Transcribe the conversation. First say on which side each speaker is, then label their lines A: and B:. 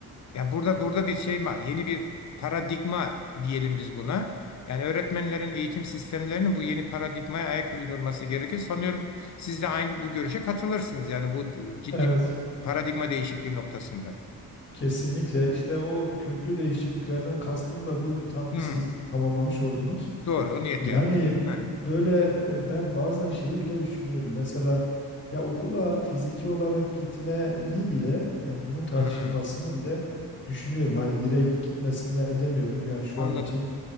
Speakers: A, on the left (about 50°); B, on the left (about 30°).
A: Yani burada burada bir şey ma- yeni bir paradigma diyelim biz buna. Yani öğretmenlerin eğitim sistemlerinin bu yeni paradigmaya ayak uydurması gerekir. Sanıyorum siz de aynı bu görüşe katılırsınız. Yani bu ciddi
B: Evet,
A: bir paradigma değişikliği noktasında.
B: kesinlikle. İşte o köklü değişikliklerden kastım da buydu. Tam
A: Hmm,
B: siz tamamlamış oldunuz.
A: doğru, o niyetle
B: Yani
A: yaptım. Ha,
B: böyle e, ben bazen şeyi bile düşünüyorum. Mesela ya okula fiziki olarak gitmeyi bile yani bunun tartışılmasını
A: hmm,
B: bile düşünüyorum. Hani direkt gitmesinler demiyorum. Yani şu
A: anladım.
B: an için